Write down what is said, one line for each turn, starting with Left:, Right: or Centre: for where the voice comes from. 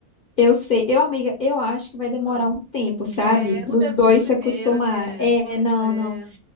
Left: Eu sei, eu, amiga, eu acho que vai demorar
Right: <laughs>
Left: um tempo, sabe?
Right: É,
Left: Para
Right: não deve
Left: os dois
Right: ser de primeira,
Left: se acostumar.
Right: né?
Left: É,
Right: Pois
Left: não,
Right: é.
Left: não.